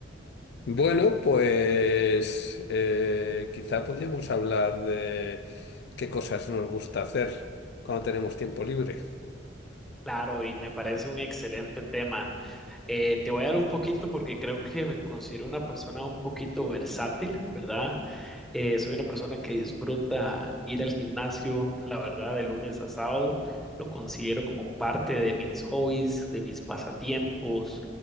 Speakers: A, on the left; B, in the centre.
A: Bueno, pues eh, quizá podríamos hablar de qué cosas nos gusta hacer cuando tenemos tiempo libre.
B: Claro, y me parece un excelente tema. Eh, te voy a dar un poquito porque creo que me considero una persona un poquito versátil, ¿verdad? Eh, soy una persona que disfruta ir al gimnasio, la verdad, de lunes a sábado. Lo considero como parte de mis hobbies, de mis pasatiempos.